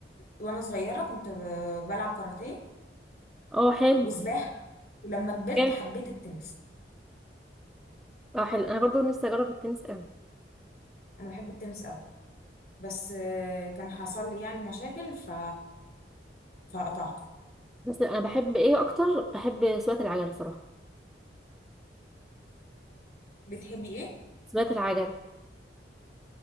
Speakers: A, on the left; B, in the centre.
A: وانا صغيره كنت ب- بلعب كاراتيه
B: اه حلو
A: وسباحه ولما كبرت
B: جامد.
A: حبيت التنس
B: اه حلو انا برضو نفسي اجرب التنس قوي
A: انا بحب التنس قوي بس آه، كان حصل لي يعني مشاكل ف... فقطعته
B: بس انا بحب ايه اكتر بحب سواقه العجل صراحه
A: بتحبي ايه
B: سواقه العجل يعني